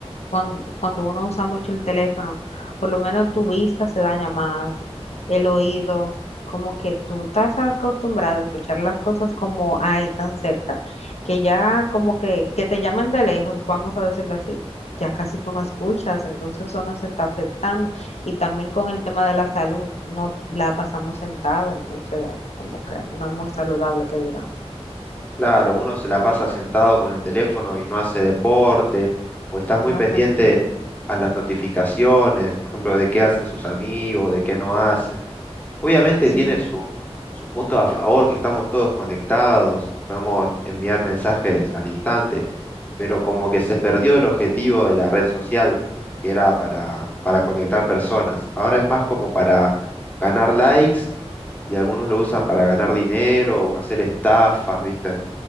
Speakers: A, on the left; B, on the left.
A: cuando cuando, uno usa mucho el teléfono, por lo menos tu vista se daña más, el oído, como que tú estás acostumbrado a escuchar las cosas como ahí tan cerca, que ya como que, que te llaman de lejos, vamos a decirlo así. Ya casi tú no escuchas, entonces eso nos está afectando. Y también con el tema de la salud, nos la pasamos sentada, entonces como que no es muy saludable que digamos.
B: Claro, uno se la pasa sentado con el teléfono y no hace deporte, o está muy
A: No
B: pendiente
A: hace nada.
B: a las notificaciones, por ejemplo, de qué hacen sus amigos, de qué no hacen. Obviamente
A: Sí,
B: tiene su, su punto a favor, que estamos todos conectados, podemos enviar mensajes al instante, pero como que se perdió el objetivo de la red social, que era para, para conectar personas. Ahora es más como para ganar likes y algunos lo usan para ganar dinero o hacer estafas, ¿viste?